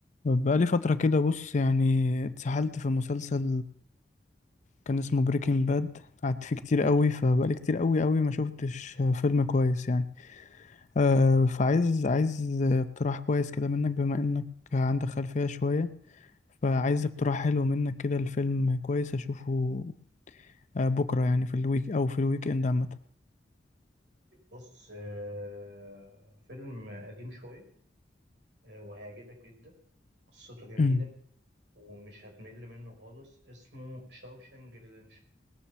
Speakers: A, on the left; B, on the right.
A: بقالي فترة كده بص يعني اتسحلت في مسلسل كان اسمه بريكنج باد قعدت فيه كتير قوي فبقالي كتير قوي قوي ما شفتش فيلم كويس يعني أه فعايز عايز اقتراح كويس كده منك بما انك عندك خلفية شوية فعايز اقتراح حلو منك كده الفيلم كويس اشوفه آه، بكرة يعني في الويك او في الويك اند عامة
B: بص آه، فيلم قديم شوية آه، وهيعجبك جدا قصته جميلة
A: أمم،
B: ومش هتمل منه خالص اسمه شاوشانج ريديمشن